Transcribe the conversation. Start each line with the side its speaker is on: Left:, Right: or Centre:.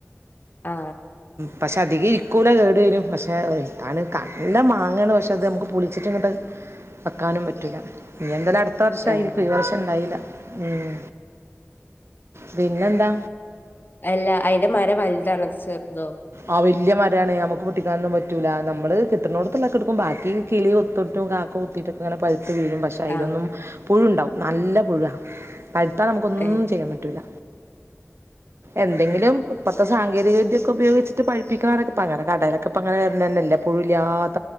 Left: ആ
Right: പശേ അതിക ഇരി കുല കേട് വരും പക്ഷേ നല്ല മാങ്ങേണ് പക്ഷെ അത് നമുക്ക് പുളിച്ചിട്ടങ്ങട്ട് വെക്കാനും പറ്റൂല്ല നീ എന്തെലം അടുത്ത് ത്ത് വർഷായിരിക്കും
Left: ആഹ്
Right: ഈ വർഷം ണ്ടായില്ല ഉം പിന്നെന്താ
Left: അല്ല അയിന്റെ മര വലുതാണ് ചെറ് തോ
Right: ആ വല്യ മരാണ് നമുക്ക് പൊട്ടിക്കാനൊന്നും പറ്റൂല നമ്മള് കിട്ടണോടത്തുള്ളൊെക്കെ ഇട്ക്കും ബാക്കി കിളി കൊ - തൊട്ടും കാക്ക കൊ ത്തിയിട്ടൊക്കെങ്ങന പഴുത്തു വീഴുംപക്ഷെ അയ്ലൊന്നും
Left: ആഹ്
Right: പുഴുണ്ടാവും നല്ല പുഴുവാ പഴുത്താ നമുക്കൊന്നും
Left: ഏഹ്
Right: ചെയ്യാൻ പറ്റൂല്ല. എന്തെങ്കിലും ഇപ്പത്തെ സാങ്കേതിക വിദ്യൊക്കെ ഉപയോഗിച്ച് ഇത് പഴിപ്പിക്കാനൊക്കെ അയ്നെ കടലൊക്കെ ങ്ങനെ വരുന്നതന്നല്ല പുഴുല്ലാതെ